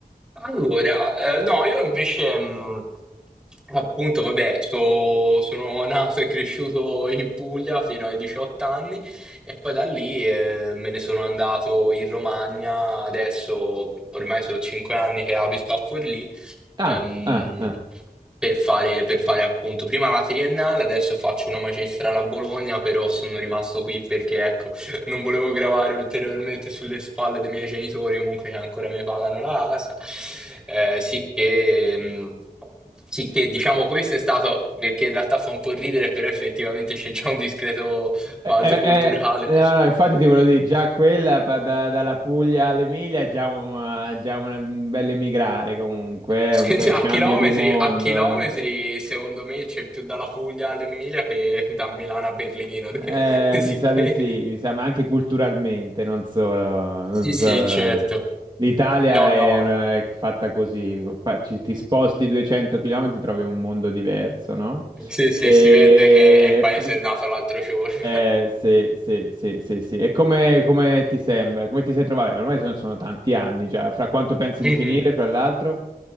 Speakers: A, in the centre; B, on the right.
A: Allora, eh, no, io invece, mh, appunto, vabbè, so- sono nato e cresciuto in Puglia fino ai 18 anni e poi da lì eh, me ne sono andato in Romagna, adesso ormai sono 5 anni che abito a Forlì,
B: Ah,
A: ehm,
B: ah, ah.
A: per fare, per fare appunto prima la triennale, adesso faccio una magistrale a Bologna, però sono rimasto qui perché ecco, non volevo gravare ulteriormente sulle spalle dei miei genitori, comunque che ancora mi pagano la casa. Eh, sì che, mh, sì che, diciamo questo è stato, che che in realtà fa un po' ridere, però effettivamente c'è già un discreto
B: Eh,
A: balzo
B: eh,
A: culturale.
B: eh, no, no, infatti ti volevo dire, già quella pa- da- dalla Puglia all'Emilia è già un, già un bel emigrare comunque,
A: Sì,
B: è un bel
A: sì, A
B: cambio
A: chilometri,
B: di mondo.
A: a chilometri, secondo me c'è più dalla Puglia all'Emilia che da Milano a Berlino.
B: Eh,
A: <laughs> Sì
B: mi sa
A: che...
B: di sì, mi sa, ma anche culturalmente, non solo, non
A: Sì,
B: solo.
A: sì, certo.
B: L'Italia
A: No,
B: è,
A: no.
B: una- è fatta così, fa- ci- ti sposti 200 km, trovi un mondo diverso, no?
A: Sì, sì,
B: E...
A: si vede che è il paese
B: fo-
A: nato l'altro giorno.
B: eh, sì, sì, sì, sì, sì. E come, come ti sembra? Come ti sei trovato? Vabbè, Ormai sono, sono tanti anni già, fra quanto
A: <laughs>
B: pensi di
A: Mhm.
B: finire, fra l'altro?